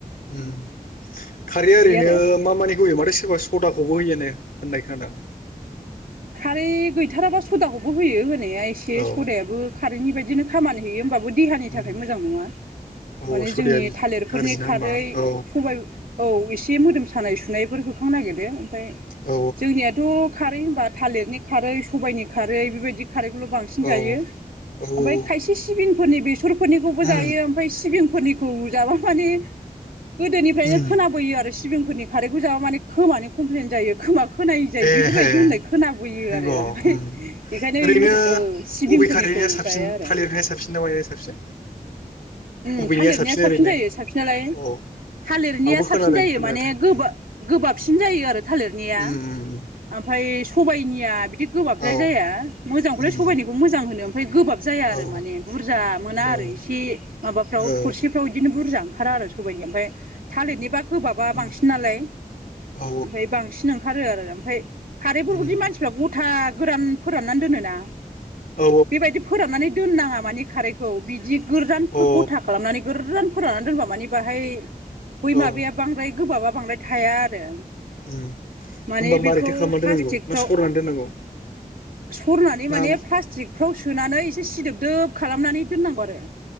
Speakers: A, on the left; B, on the right.
A: उम खारैया
B: बिदि
A: ओरैनो
B: आरो
A: मा मानिखौ होयो माथो सोरबा सदाखौबो होयो होननाय खोनादां?
B: खारै गैथाराबा सदाखौबो होयो होनाया एसे
A: औ
B: सदायाबो खारेन्टनि बायदिनो खामानि होयो होमबाबो देहानि
A: उम
B: थाखाय मोजां नङा।
A: औ
B: माने
A: सदिया
B: जोंनि थालिरफोरनि
A: गाज्रि ना
B: खारै
A: होमबा औ
B: सबाय औ एसे मोदोम सानाय सुनायफोर होखांनो नागिरो ओमफाय
A: औ
B: जोंनियाथ' खारै होनबा थालिरनि खारै सबायनि खारै बेबायदि खारैखौल' बांसिन
A: औ
B: जायो।
A: औ
B: ओमफाय खायसे सिबिंफोरनि बेसरफोरनिखौबो
A: उम
B: जायो ओमफाय सिबिं फोरनिखौ जाबा माने गोदोनिफ्रायनो
A: उम
B: खोनाबोयो आरो सि बिंफोरनि खारैखौ जाबा माने खोमानि कमप्लेन जायो खोमा खोनायै जायो
A: एहे
B: बेफोरबायदि होननाय खोनाबोयो
A: नंग'
B: आरो
A: उम
B: ओमफाय इखायनो
A: ओरैनो
B: इफोर औ सिबिंफोरनिखौ
A: अबे खारैया साबसिन
B: जाया आरो
A: <unintelligible> साबसिन
B: उम
A: अबेनिया
B: थालिरनाया साबसिन
A: ओरैनो
B: जायो साबसिनलाय
A: औ
B: थालिरनिया
A: आंबो
B: साबसिन
A: खोनादों
B: जायो
A: खोनानायाथ'
B: माने गोबा
A: उम
B: गोबाबसिन जायो आरो थालिरनिया।
A: उम उम
B: ओमफाय सबायनिया बिदि गोबाबद्राय
A: औ
B: जाया मोजांखौलाय
A: उम
B: सबाइनिखौ मोजां होनो ओमफाय गोबाब जाया आरो
A: औ ओ
B: माने बुरजा मोना
A: ओ
B: आरो इसे माबाफ्राव
A: उम
B: थरसेफ्राव इदिनो बुरजा ओंखारा आरो स सबायनिया ओमफ्राय थालिरनिबा गोबाबा
A: उम
B: बांसिन नालाय
A: औ
B: ओमफाय बांसिन ओं ओंखारो आरो ओमफ्राय खारैफोरखौदि
A: उम
B: मानसिफ्रा गथा गोरान फोराननानै दोनोना।
A: औ
B: बेबायदि फोराननानै दोननाङा माने खारैखौ बिदि गोरजानफोर
A: औ
B: गथा खालामनानै गोररान फोराननानै दोनबा मानि बाहाय बै
A: अ औ
B: माबाया बांद्राय गोबाबा बांद्राय थाया आरो
A: उम
B: माने
A: होमबा
B: बेखौ
A: मारैथो खालामना
B: प्लास्टिकफ्राव
A: दोननांगौ ना सरनानै दोननांगौ?
B: सरनानै माने
A: नाम
B: प्लास्टिकफ्रावसो सोनानै एसे सिदोबदोब खालामनानै दोननांगौ आरो